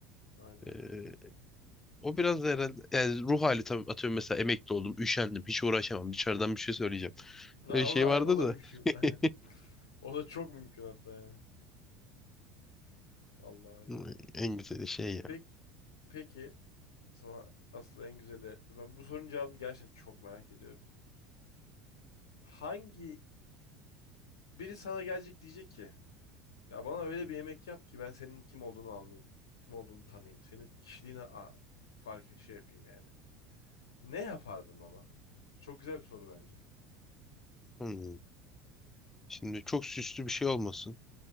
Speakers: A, on the left (about 80°); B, on the left (about 15°).
A: Aynen.
B: Ee, o biraz da herhalde yani ruh hali tabii atıyorum mesela emekli oldum, üşendim, hiç uğraşamam. Dışarıdan bir şey söyleyeceğim.
A: Ha,
B: Öyle şey
A: o da
B: vardı
A: <laughs> o da
B: da.
A: mümkün. <laughs> Aynen.
B: <laughs>
A: O da çok mümkün hatta yani. Vallahi öyle.
B: Hmm, En güzeli şey ya.
A: Peki, peki sana asıl en güzeli. Ben bu sorunun cevabını gerçekten çok merak ediyorum. Hangi biri sana gelecek diyecek ki ya bana öyle bir yemek yap ki ben senin kim olduğunu anlayayım. Kim olduğunu tanıyayım. Senin kişiliğini a- fark şey yapayım yani. Ne yapardın ona? Çok güzel bir soru bence.
B: Hmm. Şimdi çok süslü bir şey olmasın.